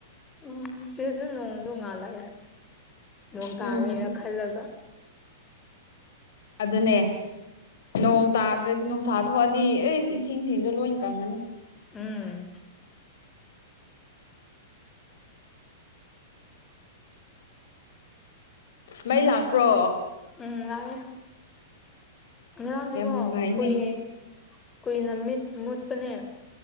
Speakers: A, on the left; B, on the left.
A: ꯎꯝ ꯁꯤꯗꯁꯤꯗ ꯅꯣꯡꯗꯣꯡ ꯉꯥꯜꯂꯛꯑꯦ ꯅꯣꯡ ꯇꯥꯒꯦꯔꯥ
B: ꯎꯝ
A: ꯈꯜꯂꯒ
B: ꯑꯗꯨ ꯑꯗꯨꯅꯦ ꯅꯣꯡ ꯇꯥꯗ꯭ꯔꯗꯤ ꯅꯨꯡꯁꯥ ꯊꯣꯛꯑꯗꯤ ꯑꯦꯁ ꯏꯁꯤꯡꯗꯣ ꯂꯣꯏꯅ ꯀꯪꯉꯅꯤ
A: ꯎꯝ
B: ꯃꯩ ꯂꯥꯛꯄ꯭ꯔꯣ
A: ꯎꯝ ꯂꯥꯛꯑꯦ ꯉꯔꯥꯡꯂꯤꯀꯣ
B: ꯌꯥꯝ ꯅꯨꯡꯉꯥꯏꯅꯦ
A: ꯀꯨꯏꯌꯦꯦ ꯀꯨꯏꯅ ꯃꯤꯠ ꯃꯨꯠꯄꯅꯦ